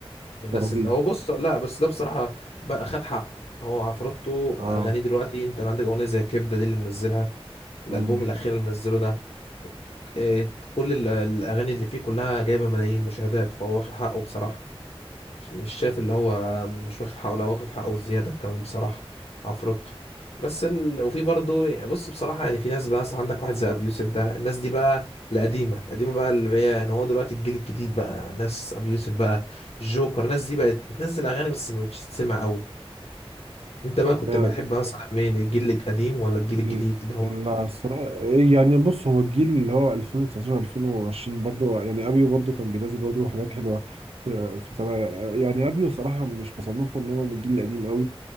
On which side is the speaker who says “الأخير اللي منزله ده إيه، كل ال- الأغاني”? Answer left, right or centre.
Left